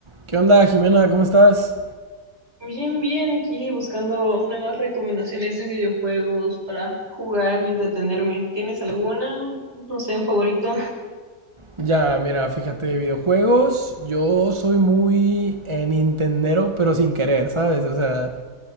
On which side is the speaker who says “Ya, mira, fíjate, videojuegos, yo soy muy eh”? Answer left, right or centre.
Right